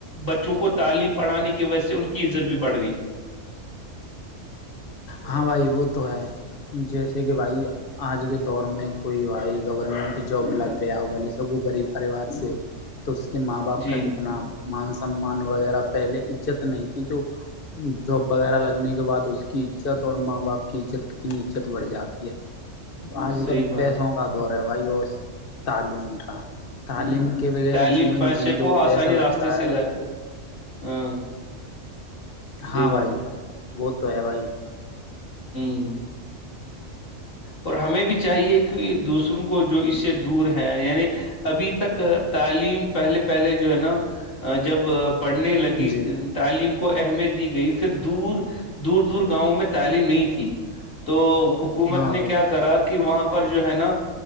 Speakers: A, on the left; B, on the left.
A: بچوں کو تعلیم پر پڑھانے کی وجہ سے ان کی عزت بھی بڑھ گئی
B: ہاں بھائی وہ تو ہے جیس جس کہ بھائی آاںج کے دور میں کوئی بھائی گورنمنٹ جب لگ گیا ہو ب سب غریب پریوار سے تو اس کے ماں باپ
A: جی
B: کا کتنا مان سمان وغیرہ پہلے عزت نہیں کی جو جاب وغیرہ لگنے بعد اس کی عزت اور ماں باپ کی عت کتنی عزت بڑھ جاتی ہے آج
A: صحیح
B: کل
A: بات
B: پیسوں
A: ہے
B: کا دور ہے وائی تعلیم کا تعلیم کے بغیر
A: تعلیم
B: جیون
A: پیسے
B: جی لو
A: کو آسانی
B: ویسا لگتا
A: راستے سے
B: ہے
A: ل
B: کہ
A: ہاں
B: ہاں
A: صحیح بات
B: بھائی
A: ہے
B: وہ تو ہے بھائی
A: ہ اور ہمیں بھی چاہیے کہ دوسروں کو جو اس سے دور ہے یعنی ابھی تک تعلیم پہلے پہلے جو ہے نا جب بڑھنے لگی
B: جی
A: تعلیم کو اہمیت دی گئی پھر دور دور دور گاؤں میں تعلیم نہیں تھی تو حکومت
B: ہاں
A: نے
B: بھائی
A: کیا کرا کہ وہاں پر جو ہے نا